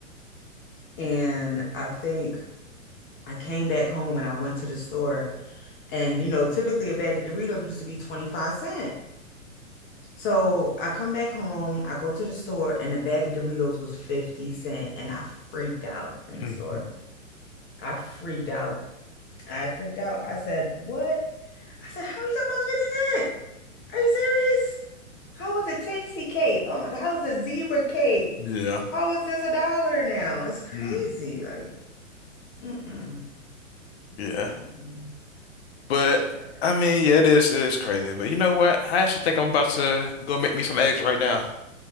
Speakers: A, on the left; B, on the left.
A: and I think I came back home and I went to the store and you know typically a bag of Doritos used to be 25 cent. So I come back home, I go to the store and a bag of Doritos was 50 cent and I freaked out in
B: <laughs>
A: the store. I freaked out. I freaked out. I said, "What?" I said, "How are you talking about it's 50 cent?" Are you serious? How was a tasty cake? Oh my God, how was a zebra cake?
B: Yeah.
A: How is this a dollar now? It's crazy.
B: Mm.
A: Like, mm-mm,
B: Yeah.
A: mm-mm,
B: But
A: never.
B: I mean, yeah, it is it is crazy. But you know what? I actually think I'm about to go make me some eggs right now. <laughs>